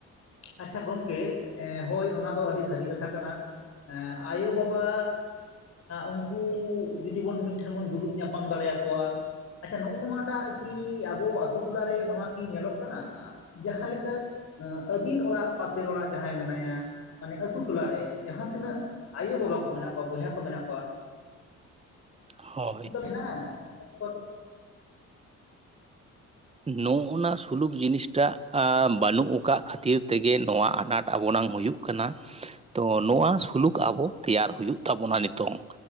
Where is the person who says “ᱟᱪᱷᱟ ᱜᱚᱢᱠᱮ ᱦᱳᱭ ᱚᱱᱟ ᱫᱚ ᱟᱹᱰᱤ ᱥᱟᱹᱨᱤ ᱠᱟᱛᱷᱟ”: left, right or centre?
Left